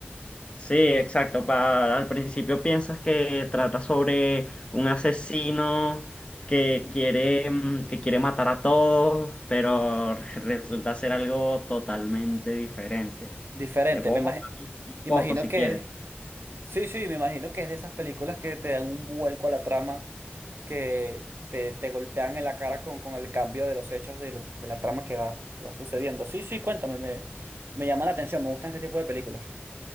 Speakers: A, on the left; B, on the right.
A: Sí, exacto. pa- al principio piensas que trata sobre un asesino que
B: Ujú.
A: quiere, mm, que quiere matar a todos, pero <laughs> resulta ser algo totalmente diferente.
B: Diferente.
A: Es poco.
B: Me imagi-
A: Un
B: imagino
A: poco, si
B: que
A: quieres.
B: Sí, sí, me imagino que es de esas películas que te dan un vuelco a la trama, que te, te golpean en la cara con, con el cambio de los hechos de, lo- de la trama que va, que va sucediendo. Sí, sí, cuéntame, me, me llama la atención, me gustan este tipo de películas.